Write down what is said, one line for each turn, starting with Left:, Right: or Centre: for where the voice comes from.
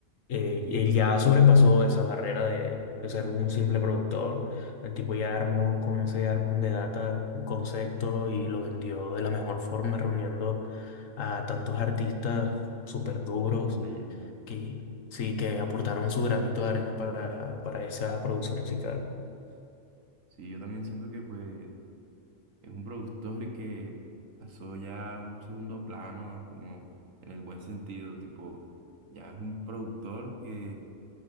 Left: eh, él ya sobrepasó esa barrera de, de ser un simple productor. El tipo ya armó con ese álbum de Data un concepto y lo vendió de la mejor forma, reuniendo a tantos artistas súper duros
Right: Y las leyendas.
Left: que sí, que aportaron su granito de arena para, para esa producción musical.
Right: Sí, yo también siento que pues Es un productor que pasó ya a un segundo plano, como en el buen sentido, tipo, ya es un productor que